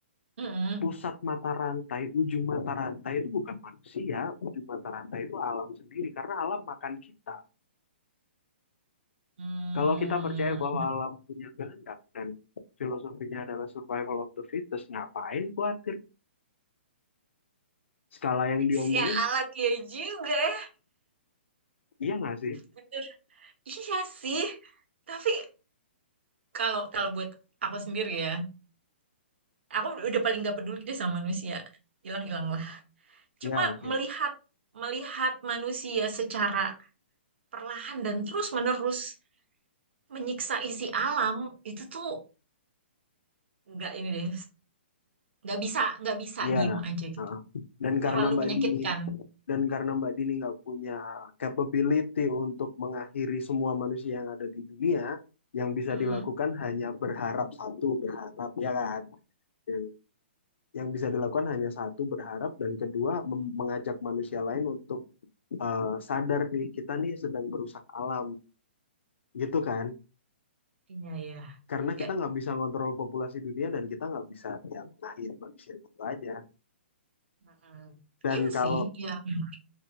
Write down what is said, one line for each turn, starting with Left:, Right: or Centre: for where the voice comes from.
Right: Hmm.
Left: pusat mata rantai ujung mata rantai itu bukan manusia ujung mata rantai itu alam sendiri karena alam makan kita
Right: Hmm.
Left: Kalau kita percaya bahwa alam punya kehendak dan filosofinya adalah survival of the fittest, ngapain khawatir? Skala yang diomongin,
Right: Sialan ya juga ya,
Left: iya nggak sih?
Right: bener. Iya sih, tapi kalau kalau buat aku sendiri ya, aku udah paling gak peduli deh sama manusia. Hilang-hilang lah.
Left: Iya,
Right: Cuma
Left: oke.
Right: melihat melihat manusia secara perlahan dan terus-menerus menyiksa isi alam itu tuh nggak ini deh, nggak bisa nggak bisa
Left: Iya.
Right: diem aja
Left: Heeh.
Right: gitu.
Left: Dan karena
Right: Terlalu
Left: Mbak
Right: menyakitkan.
Left: Dini dan karena Mbak Dini nggak punya capability untuk mengakhiri semua manusia yang ada di dunia, yang bisa
Right: Hmm.
Left: dilakukan hanya berharap satu, berharap ya kan? Yang, yang bisa dilakukan hanya satu berharap dan kedua mem- mengajak manusia lain untuk eh, sadar nih kita nih sedang merusak alam gitu kan
Right: Iya ya.
Left: karena
Right: Ya,
Left: kita nggak bisa ngontrol populasi dunia dan kita nggak bisa ya mengakhiri manusia itu aja
Right: mm,
Left: dan
Right: iya
Left: kalau
Right: sih, ya memang.